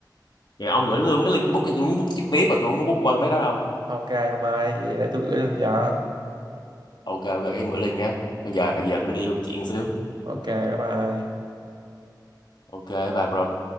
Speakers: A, on the left (about 70°); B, on the right (about 70°).
A: vậy ông gửi luôn cái link Facebook thì tôi muốn book trực tiếp mà tôi không có book qua mấy đó đâu
B: Ok ông ơi, vậy để tôi gửi lên cho.
A: ok ok cái bữa Linh nhá bây giờ giờ tôi đi công chuyện xíu
B: Ok, bye bye.
A: ok bye bro